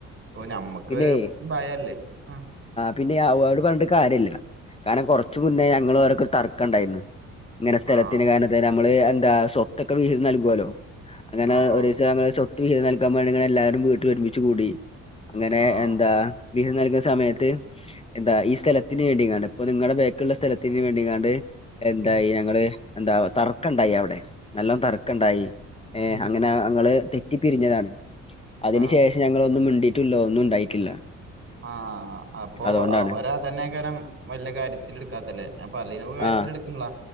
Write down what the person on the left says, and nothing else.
പിന്നെ
പിന്നെ അവരോട് പറഞ്ഞിട്ട് കാര്യല്ല കാരണം കുറച്ച് മുന്നേ ഞങ്ങൾ തർക്കം ഉണ്ടായിരുന്നു ഇങ്ങനെ സ്ഥലത്തിന്
കാരണത്തിന് നമ്മള് എന്താ സ്വത്തൊക്കെ വിഹിതം നൽകുവാലോ അങ്ങനെ
ഒരു
ദിവസം ഞങ്ങൾ സ്വത്ത് സ്വത്ത് വിഹിതം നൽക്കാൻ വേണ്ടി ഞങ്ങൾ എല്ലാരും വീട്ടിൽ ഒരുമിച്ച് കൂടി അങ്ങനെ
എന്താ വിഹിതം നൽകുന്ന സമയത്ത് എന്താ ഈ സ്ഥലത്തിന് വേണ്ടിയെങ്ങാട്ട് ഇപ്പ നിങ്ങളുടെ ബേക്കിലുള്ള സ്ഥല ത്തിന് വേണ്ടിയെങ്ങാണ്ട് എന്തായി
ഞങ്ങള് എന്താ തർക്കുണ്ടായി അവിടെ നല്ലോ തർക്കുണ്ടായി ഏഹ്
അങ്ങനെ ഞങ്ങള് തെറ്റി പിരിഞ്ഞതാണ് അതിന്
ശേഷം ഞങ്ങള് ഒന്നും മിടി ട്ടില്ല ഒന്നും ഉണ്ടായിട്ടില്ല
അതുകൊണ്ടാണ്
ആഹ്